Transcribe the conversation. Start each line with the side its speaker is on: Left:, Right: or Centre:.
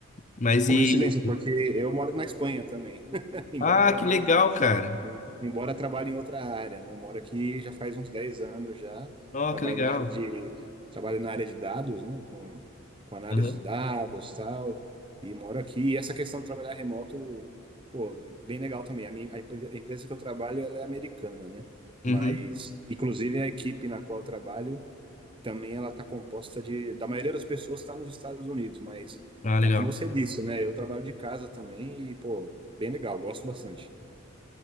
Left: Mas
Right: coincidência,
Left: e.
Right: porque eu moro na Espanha também, <laughs> embora
Left: Ah,
Right: trabalhe
Left: que legal, cara.
Right: Eu- Embora trabalhe em outra área, né? Eu moro aqui já faz uns 10 anos já,
Left: Ó,
Right: trabalho
Left: que legal.
Right: na área de, trabalho na área de dados, né? Com, com análise
Left: Uhum.
Right: de dados tal, e moro aqui. E essa questão de trabalhar remoto, pô, bem legal também. A minha, a empre- a empresa que eu trabalho, ela é americana, né?
Left: Uhum.
Right: Mas, inclusive, a equipe na qual eu trabalho também ela está composta de, da maioria das pessoas está nos Estados Unidos, mas,
Left: Ah, legal.
Right: é como você disse, né? Eu trabalho de casa também e, pô, bem legal, gosto bastante.